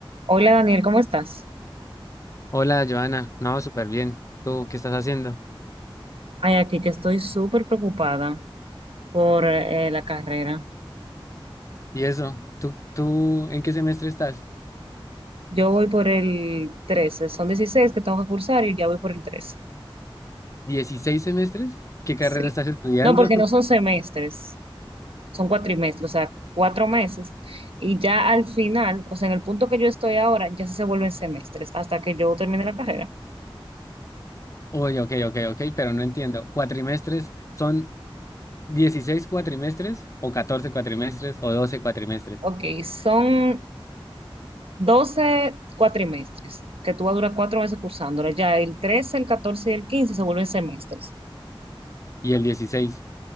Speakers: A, on the right; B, on the left.
A: Hola Daniel, ¿cómo estás?
B: Hola, Joana. No, súper bien. ¿Tú qué estás haciendo?
A: Ay, aquí que estoy súper preocupada por eh, la carrera.
B: ¿Y eso? ¿Tú, tú en qué semestre estás?
A: Yo voy por el 13, son 16 que tengo que cursar y ya voy por el 13.
B: ¿16 semestres? ¿Qué carrera
A: Sí.
B: estás estudiando?
A: No, porque
B: <laughs>
A: no son semestres, son cuatrimestres, o sea, cuatro meses. Y ya al final, o sea, en el punto que yo estoy ahora, ya sí se vuelven semestres hasta que yo termine la carrera.
B: Uy, ok, ok, ok, pero no entiendo. ¿Cuatrimestres son 16 cuatrimestres o 14 cuatrimestres o 12 cuatrimestres?
A: Ok, son 12 cuatrimestres, que tú vas a durar cuatro meses cursándola. Ya el 13, el 14, y el 15 se vuelven semestres.
B: Y el dieciséis.